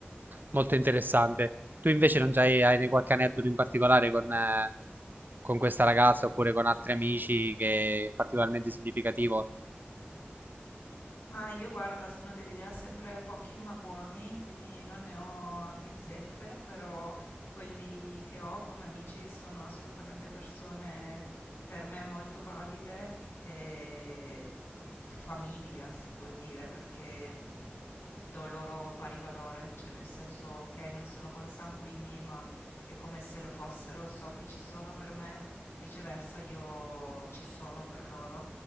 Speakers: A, on the right (about 50°); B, on the left (about 85°).
A: molto interessante. Tu invece non c'hai, hai ne- qualche aneddoto in particolare con, eh, con questa ragazza oppure con altri amici che è particolarmente significativo?
B: Ma io guarda, sono dell'idea sempre pochi ma buoni, quindi non ne ho a bizzeffe, però quelli che ho come amici sono assolutamente persone per me molto valide e famiglia si può dire, perché do loro pari valore, cioè nel senso ok, non sono consanguigni, ma è come se lo fossero, so che ci sono per me, viceversa io ci sono per loro